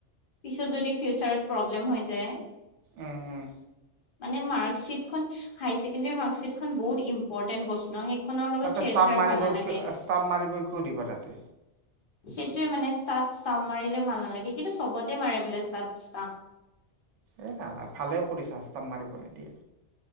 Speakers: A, on the left; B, on the right.
A: পিছত যদি ফিউচাৰত হৈ যায়।
B: উম উম।
A: মানে মাৰ্কশিট খ, হাইছেকী ম- খ বহুত ইম্পৰটেন্ট বস্তু ন! সেইখনৰ লগত
B: তাতে
A: চেৰ-চেৰ
B: ষ্টাম্প মাৰিব
A: ভাল নালাগে।
B: কিয় ষ্টাম্প মাৰিব কিয় দিব তাতে।
A: সেইটোয়ে মানে- তাত ষ্টাম্প মাৰিলে ভাল নালাগে, কিন্তু চবত- ততে মাৰে বোলে তাত
B: এ নালা ভালেও কৰিছো আস্তাপ মাৰিব নিদিয়ে।